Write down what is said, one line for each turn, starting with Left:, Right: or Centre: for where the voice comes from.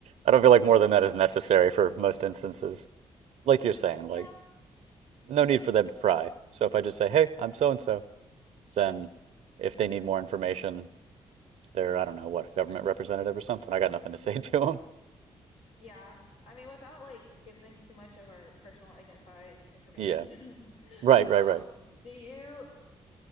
Right: I don't feel like more than
Left: mm,
Right: that is necessary for most instances. Like you're saying, like
Left: yeah,
Right: no need for them to pry. So if I just say, hey, I'm so and so, then if they need more information, they're, I don't know, what, a government representative or something. I got nothing to <laughs> say to them.
Left: yeah. I mean, without like giving too much of our personal identifying information,
Right: Yeah.
Left: <laughs>
Right: Right, right,
Left: um,
Right: right.
Left: do you,